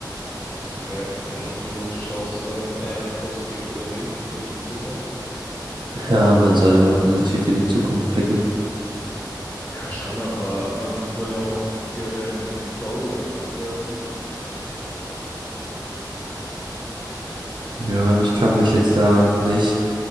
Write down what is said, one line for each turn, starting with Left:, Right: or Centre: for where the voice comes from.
Left: Okay. Und du schaust dann eher positiv, oder wie? In die Zukunft?
Right: Ja, man soll immer positiv in die Zukunft blicken.
Left: Ja, schon, aber man soll ja auch der Realität ins Auge werfen.
Right: Ja, ich kann mich jetzt da nicht